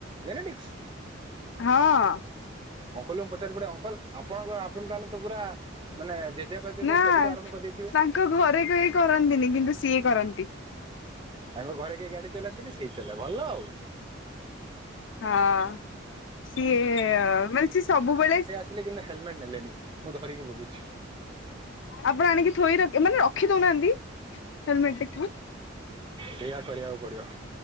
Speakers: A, on the right; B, on the left.
A: ଜେନେଟିକ୍ସ।
B: ହଁ।
A: ଅଙ୍କଲ ଙ୍କୁ ପଚାରିବାକୁ ପଡିବ। ଅଙ୍କଲ ଆପଣଙ୍କକ ଆପଣ ତାହେଲେ ତ ପୁରା ମାନେ ଜେଜେବାପା ଯେତେବେଳେ
B: ନା
A: ସେବେଠୁ ଆରମ୍ଭ କରିଦେଇଥିବେ
B: ତାଙ୍କ ଘରେ କେହି କରନ୍ତିନି କିନ୍ତୁ ସିଏ କରନ୍ତି।
A: ତାଙ୍କ ଘରେ କେହି ଗାଡି ଚଲାନ୍ତିନି ସେ ଚଲାଏ ଭଲ ଆଉ।
B: ହଁ ସିଏ ମାନେ ସିଏ ସବୁବେଳେ
A: ଥିଲେ କିନ୍ତୁ ହେଲମେଟ୍ ନେଲେନି ମୁଁ ଧରିକି ବୁଲୁଛି।
B: ଆପଣ ଆଣିକି ଥୋଇ ର ମାନେ ରଖି ଦଉନାହାନ୍ତି ହେଲମେଟ ଟିକୁ।
A: ସେଇଆ କରିବାକୁ ପଡିବ।